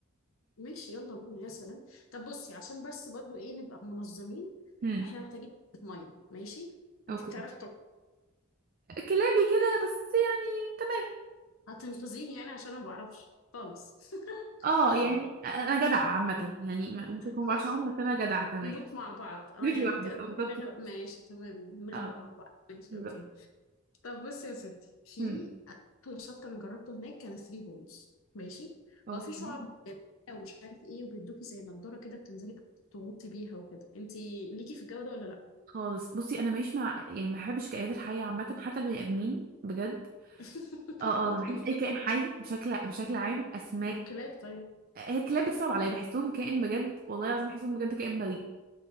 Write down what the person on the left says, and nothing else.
ماشي يلا بينا يا سلام طب بصي عشان بس برضو ايه نبقى منظمين
احنا محتاجين ميه ماشي
انت بتعرفي طب
هتنقذيني يعني عشان انا ما بعرفش خالص <laughs>
خالص
ماشي
نموت مع بعض اه
يعني
انت قصدك
هنغرق
ماشي تمام يعني نغرق
مع بعض ماشي
اوكي طب بصي يا ستي في
احلى شط انا جربته هناك كان ثري بولز ماشي
هو في شعب مرجانية ومش عارف ايه وبيدوكي زي نضاره كده بتنزلي تغوصي بيها وكده انتي ليكي في الجو ده ولا لا
<laughs>
والكلاب طيب